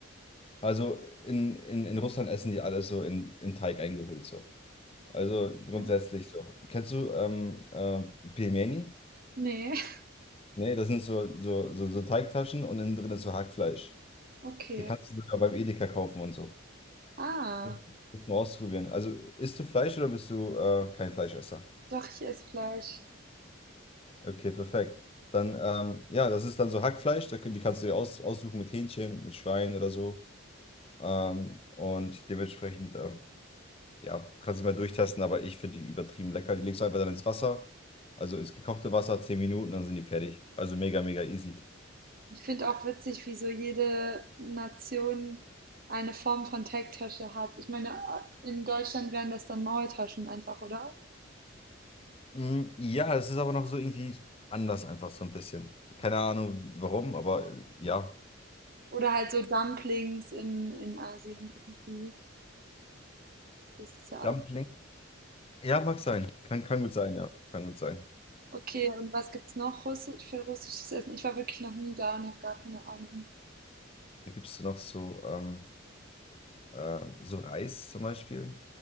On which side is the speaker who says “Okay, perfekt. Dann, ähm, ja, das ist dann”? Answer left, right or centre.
Left